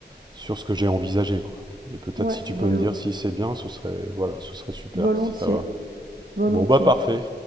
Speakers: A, on the right (about 25°); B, on the right (about 55°).
A: sur ce que j'ai envisagé, quoi. Et peut-être
B: Ouais,
A: si tu
B: volo-
A: peux me dire si c'est bien, ce serait, voilà, ce serait super,
B: volontiers,
A: si ça va.
B: volontiers.
A: Bon bah parfait.